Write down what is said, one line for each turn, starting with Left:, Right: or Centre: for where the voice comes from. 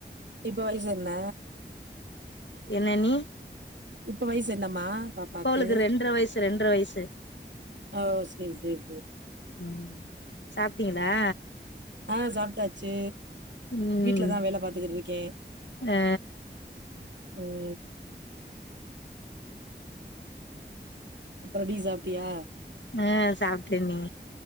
Right: இப்ப வயசு என்ன
Left: என்ன அண்ணி
Right: இப்ப வயசு என்னம்மா பாப்பாக்கு?
Left: இப்ப அவளுக்கு ரெண்டர வயசு ரெண்டர வயசு
Right: அ ஓ செரி செரி செரி
Left: ம் சாப்ட்டீங்களா
Right: ஆ சாப்ட்டாச்சு
Left: ம்
Right: வீட்லதா வேல பாத்துக்கிட்ருக்கே
Left: ஆ
Right: ம் அப்புற டீ சாப்ட்டியா
Left: அ சாப்ட்டேண்ணி